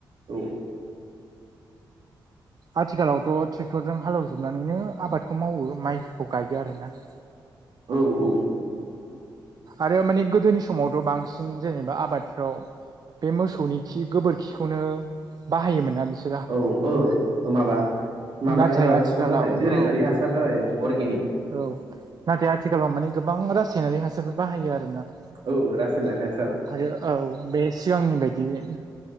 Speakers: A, on the right; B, on the right.
A: औ
B: आथिखालावथ ट्रेक्टरजों हालेवजोबनानैनो आबादखौ मावो माइफोरखौ गायो आरोना
A: औ औ
B: आरो माने गोदोनि समावथ बांसिन जेनेबा आबादफ्राव बे मोसौनि खि गोबोरखिखौनो बाहायोमोनना बिसोर
A: औ औ माबा माबानि
B: नाथाय
A: हासार
B: आथिखालाव
A: जाबाय दोरोङारि
B: औ
A: हासार जाबाय अरगेनिक
B: औ नाथाय आथिखालाव माने गोबां रासायनारि हासारफोर बाहायो आरो ना
A: औ रासायनारि हासार
B: आरो औ बे सिगांनि बायदिनो